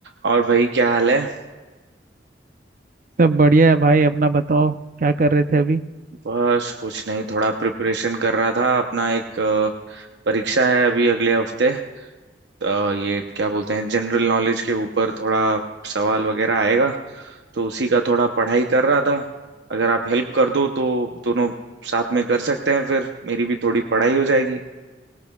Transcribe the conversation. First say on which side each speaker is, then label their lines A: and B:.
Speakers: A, on the right; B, on the right.
A: और भाई क्या हाल है
B: सब बढ़िया है भाई अपना बताओ क्या कर रहे थे अभी
A: बस कुछ नहीं थोड़ा प्रिपरेशन कर रहा था अपना एक अ, परीक्षा है अभी अगले हफ्ते तो ये क्या बोलते हैं जनरल नॉलेज के ऊपर थोड़ा सवाल वगैरह आएगा तो उसी का थोड़ा पढ़ाई कर रहा था अगर आप हेल्प कर दो तो दोनों साथ में कर सकते हैं फिर मेरी भी थोड़ी पढ़ाई हो जाएगी